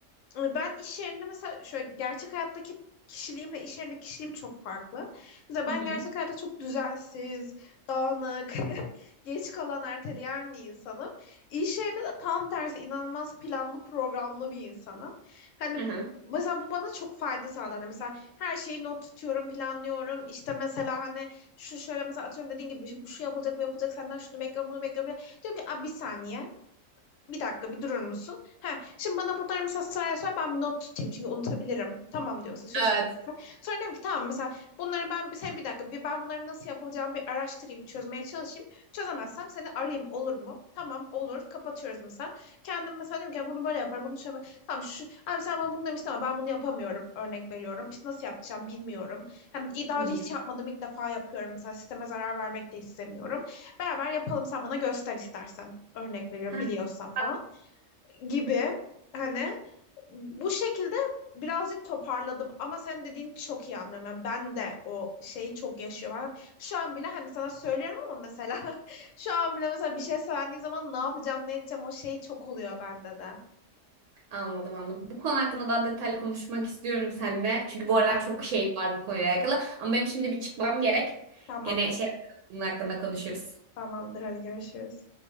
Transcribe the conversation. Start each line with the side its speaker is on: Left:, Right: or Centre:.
Left: Ben iş yerinde mesela şöyle gerçek hayattaki kişiliğimle iş yerindeki kişiliğim çok farklı. Mesela ben
Right: Hı hı.
Left: gerçek hayatta çok düzensiz, dağınık, <laughs> geç kalan, erteleyen bir insanım. İş yerinde de tam tersi inanılmaz planlı, programlı bir insanım. Hani
Right: Hı hı.
Left: mesela bu bana çok fayda sağladı. Hani mesela her şeyi not tutuyorum, planlıyorum. İşte mesela hani şu şöyle mesela atıyorum dediğin gibi bu şu yapılacak, bu yapılacak, senden şunu bekliyorum, bunu bekliyorum. Diyorum ki "Aa, bir saniye. Bir dakika bir durur musun? Ha, şimdi bana bunları mesela sıraya söyle ben bir not tutayım çünkü unutabilirim. Tamam diyor mesela şöyle şu
Right: Evet.
Left: Sonra diyorum ki tamam mesela bunları ben sen bir dakika bir ben bunları nasıl yapacağımı bir araştırayım çözmeye çalışayım. Çözemezsem seni arayayım olur mu? Tamam olur kapatıyoruz mesela. Kendim mesela diyorum ki "Ya bunu böyle yaparım bunu şöyle yaparım." Tamam şu abi sen bana bunu demiştin ama ben bunu yapamıyorum örnek veriyorum. İşte nasıl yapacağım bilmiyorum. Hani daha
Right: Hı
Left: önce
Right: hı.
Left: hiç yapmadım ilk defa yapıyorum mesela sisteme zarar vermek de istemiyorum. Beraber yapalım sen bana göster istersen. Örnek veriyorum
Right: Heh,
Left: biliyorsan falan
Right: bak
Left: gibi. Hani bu şekilde birazcık toparladım ama sen dediğin çok iyi anlıyorum. Yani ben de o şeyi çok yaşıyorum. Yani şu an bile hani sana söylüyorum ama mesela <laughs> şu an bile mesela bir şey söylendiği zaman ne yapacağım ne edeceğim o şey çok oluyor bende de.
Right: anladım anladım. Bu konu hakkında daha detaylı konuşmak istiyorum seninle. Çünkü bu aralar
Left: Ben
Right: çok şey var bu konuyla alakalı. Ama benim şimdi bir çıkmam gerek.
Left: tamamdır.
Right: Gene şey yaparız, bunun hakkında konuşuruz.
Left: Tamamdır hadi görüşürüz.